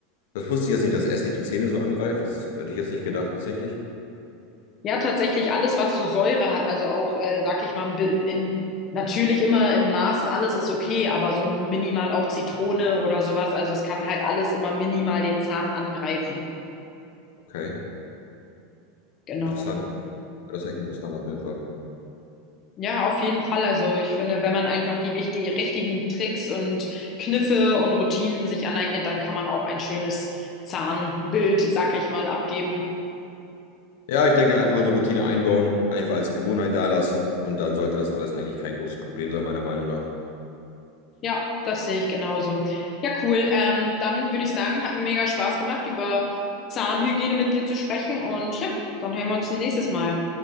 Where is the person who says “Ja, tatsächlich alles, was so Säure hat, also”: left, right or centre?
Left